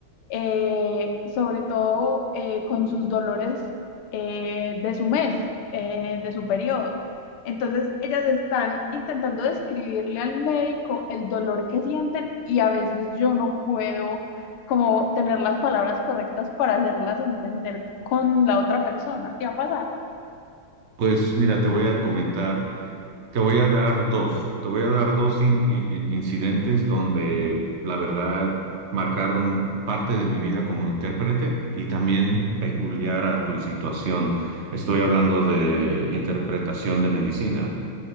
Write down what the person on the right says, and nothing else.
Pues mira, te voy a comentar. Te voy a dar dos, te voy a dar dos in- i- i- incidentes donde la verdad marcaron parte de mi vida como intérprete y también peculiar a tu situación. Estoy hablando de interpretación de medicina.